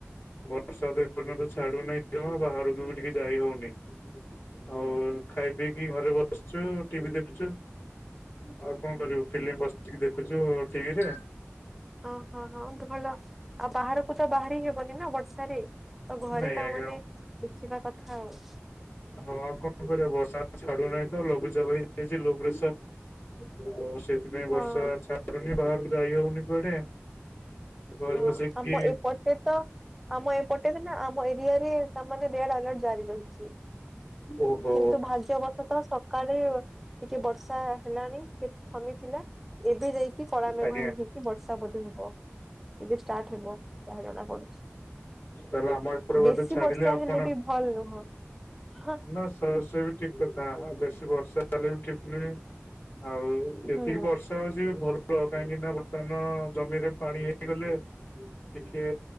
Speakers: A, on the left (about 50°); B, in the centre.
A: ବର୍ଷା ତ ଏପର୍ଯ୍ୟନ୍ତ ଛାଡୁନାହିଁ ଜମା ବାହାରକୁ ବି ଟିକେ ଯାଇ ହଉନି ଆଉ ଖାଇ ପିଇକି ଘରେ ବସିଛୁ ଟିଭି ଦେଖୁଛୁ ଆଉ କଣ କରିବୁ ଫିଲ୍ମ ବସିକି ଦେଖୁଛୁ ଟିଭିରେ
B: ଓହୋ ହଁ ଉତୁ ଭଲ ଆଉ ବାହାରକୁ ତ ବାହାରି ହବନି ନା ବର୍ଷାରେ ତ ଘରେ
A: ନାଇଁ
B: ତା
A: ଆଜ୍ଞା
B: ମାନେ ଦେଖିବା କଥା ଆଉ
A: ହଁ କଣ କରିବା ବର୍ଷା ଛାଡୁନାହିଁ ତ ଲଘୁଚାପ ହେଇଯାଇଛି ଲୋ ପ୍ରେସର ଆଉ ସେଥିପାଇଁ ବର୍ଷା
B: ହଁ
A: ଛାଡୁନି ବାହାରକୁ ଯାଇହଉନି କୁଆଡେ ଘରେ
B: ହଁ
A: ବସିକି
B: ଆମ ଏପଟେ ତ ଆମ ଏପଟେରେ ନା ଆମ ଏରିଆ ରେ ତାମାନେ ରେଡ ଆଲର୍ଟ ଜାରି ରହି ଚି।
A: ଓହୋ
B: କିନ୍ତୁ ଭାଗ୍ୟ ଅବସତଃ ସକାଳେ ଟିକେ ବର୍ଷା ହେଲାଣି ଟିକେ ଥମିଥିଲା ଏବେ ଯାଇକି କି କଳ ମେଘ
A: ଆଜ୍ଞା
B: ହେଇ ହେଇକି ବର୍ଷା ବୋଧେ ହେବ ଏବେ ଷ୍ଟାର୍ଟ ହେବ ଯାହା ଜଣା ପଡୁଛି।
A: ତାଲେ ଆମ ଏପଟ ବୋଧେ
B: ବେଶୀ
A: ଛାଡିଲେ
B: ବର୍ଷା
A: ଆପଣ
B: ହେଲେ ବି ଭଲ ନୁହଁ। ହଁ
A: ନା ସ ସେ ବି ଠିକ୍ କରିଚି। ବେଶୀ ବର୍ଷା ହେଲେ ବି ଠିକ ନୁହେଁ ଆଉ ଯେତିକି
B: ହୁଁ
A: ବର୍ଷା ହଉଚି ଭଲ <unintelligible> କାହିଁକି ନା ବର୍ତ୍ତମାନ ଜମିରେ ପାଣି ହେଇଗଲେ ଟିକେ